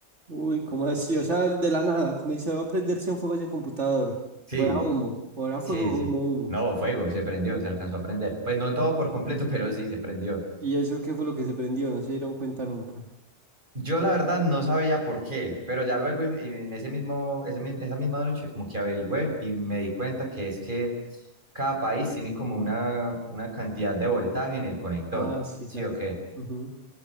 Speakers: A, on the right; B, on the right.
A: Uy, ¿cómo así? O sea, de la nada, como dice, va a prenderse un fuego ese computador.
B: Sí,
A: O era humo, o era fuego,
B: sí, sí.
A: humo, humo.
B: No, fuego, se prendió, se alcanzó a prender. Pues no todo por completo, <laughs> pero sí, se prendió.
A: ¿Y eso qué fue lo que se prendió? No se dieron cuenta nunca.
B: Yo la verdad no sabía por qué, pero ya luego en en ese mismo, ese mi- esa misma noche como que averigüé y me di cuenta que es que cada país tiene como una, una cantidad de voltaje en el conector,
A: Ah, sí,
B: ¿sí
A: sabes.
B: o qué?
A: Ujú.